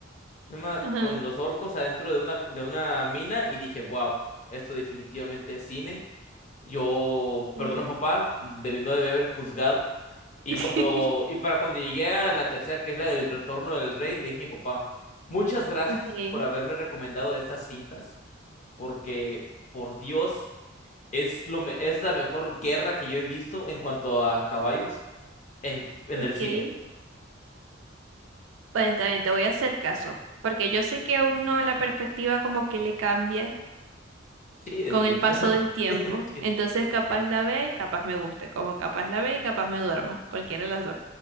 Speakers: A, on the left (about 40°); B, on the right (about 80°).
A: no me-
B: Ajá.
A: con los orcos adentro de una, de una mina y dije, wow, esto definitivamente es cine. Yo,
B: sí.
A: perdón, papá, deb- no debí haber juzgado. Y
B: <laughs>
A: cuando, y para cuando llegué a la tercera, que es la del Retorno del Rey, le dije a mi papá, muchas gracias
B: Ok.
A: por haberme recomendado estas cintas, porque por Dios, es lo me- es la mejor guerra que yo he visto en cuanto a caballos en, en
B: Ok.
A: el cine.
B: Bueno, está bien, te voy a hacer caso, porque yo sé que uno la perspectiva como que le cambia
A: Sí, definitivamente.
B: con el paso del tiempo,
A: <laughs>
B: entonces capaz la vea y capaz me guste, como capaz la vea y capaz me duerma, cualquiera de las dos.